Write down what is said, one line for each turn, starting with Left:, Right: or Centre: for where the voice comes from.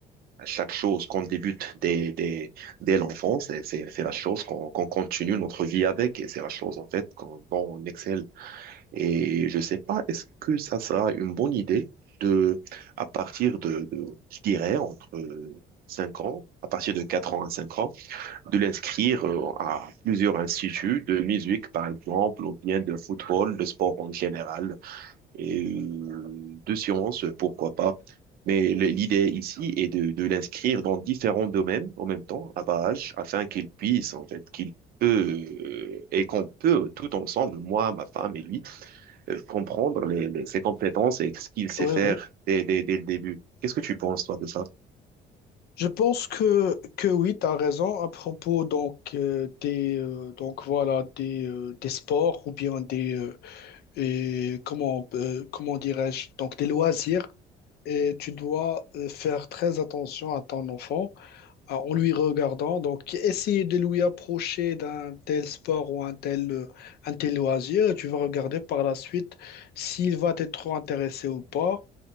Right: à chaque chose qu'on débute dès, dès, dès l'enfance, c'est c'est- c'est la chose qu'on qu'on continue notre vie avec et c'est la chose en fait qu'on, dont on excelle. Et je sais pas, est-ce que ça sera une bonne idée de, à partir de, de je dirais, entre 5 ans, à partir de 4 ans à 5 ans, de l'inscrire euh, à plusieurs instituts de musique, par exemple, ou bien de football, de sport en général, et euh, de sciences, pourquoi pas. Mais l- l'idée ici est de, de l'inscrire dans différents domaines en même temps, à bas âge, afin qu'il puisse, en fait, qu'il peut, euh, et qu'on peut tout ensemble, moi, ma femme et lui, euh, comprendre les, les- ses compétences et ce qu'il sait
Left: Oui,
Right: faire
Left: oui.
Right: dès, dès, dès le début. Qu'est-ce que tu penses, toi, de ça?
Left: Je pense que, que oui, tu as raison à propos donc, euh, des, euh, donc, voilà, des, euh, des sports ou bien des, euh, et comment, euh, comment dirais-je, donc des loisirs et tu dois euh, faire très attention à ton enfant euh, en lui regardant. Donc, essayer de lui approcher d'un tel sport ou un tel, euh, un tel loisir. Tu vas regarder par la suite s'il va être trop intéressé ou pas.